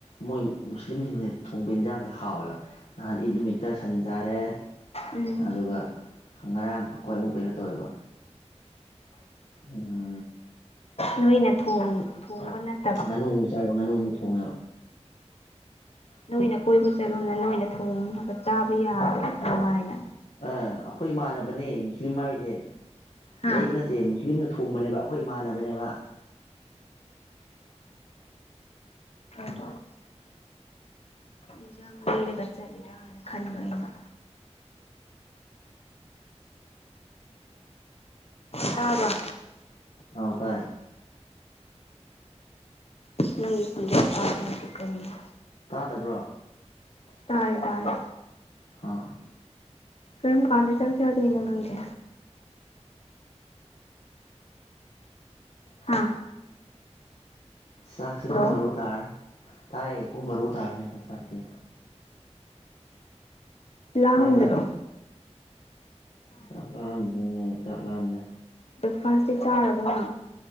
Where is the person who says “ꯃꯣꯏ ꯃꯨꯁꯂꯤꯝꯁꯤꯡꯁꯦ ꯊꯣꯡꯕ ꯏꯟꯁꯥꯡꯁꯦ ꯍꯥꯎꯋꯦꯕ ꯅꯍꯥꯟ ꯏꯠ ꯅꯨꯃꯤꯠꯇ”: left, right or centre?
Left